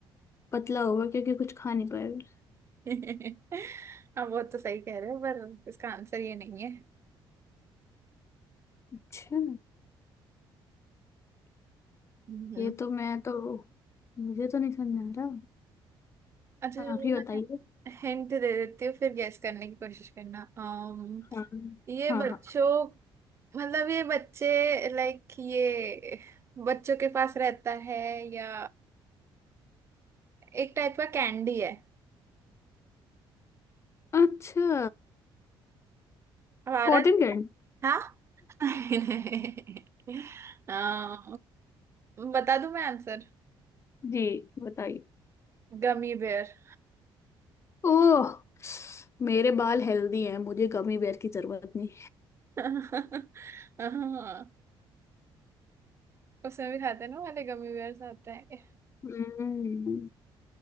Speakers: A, on the left; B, on the right.
A: पतला होगा क्योंकि कुछ खा नहीं पाएगा
B: <laughs> अब वो तो सही कह रहे हो पर इसका आंसर ये नहीं है
A: अच्छा
B: हम्म,
A: ये तो मैं तो मुझे तो नहीं समझ आ रहा
B: अच्छा
A: हाँ,
B: चलो
A: आप ही
B: मैं
A: बताइए
B: हिंट दे देती हूँ फिर गैस करने की कोशिश करना अम
A: हाँ
B: ये
A: हाँ
B: बच्चों
A: हाँ
B: मतलब ये बच्चे लाइक ये बच्चों के पास रहता है या एक टाइप का कैंडी है
A: अच्छा
B: हमारा
A: Cotton canned
B: हाँ <laughs> नहीं आ, बता दूं मैं आंसर
A: जी बताइए
B: Gummy bear
A: ओह मेरे बाल हेल्दी हैं मुझे गमी बेर की जरूरत नहीं
B: <laughs> हाँ उसमें भी खाते हैं ना वाले गमी बेयर्स आते हैं
A: हम्म